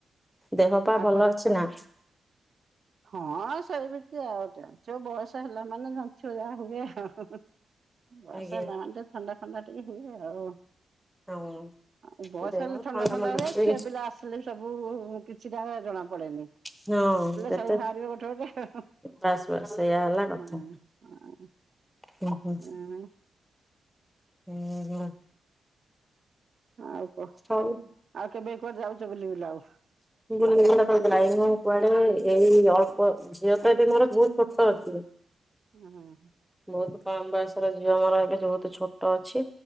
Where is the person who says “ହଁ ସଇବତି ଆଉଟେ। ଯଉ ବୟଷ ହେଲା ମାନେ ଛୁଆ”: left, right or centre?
Right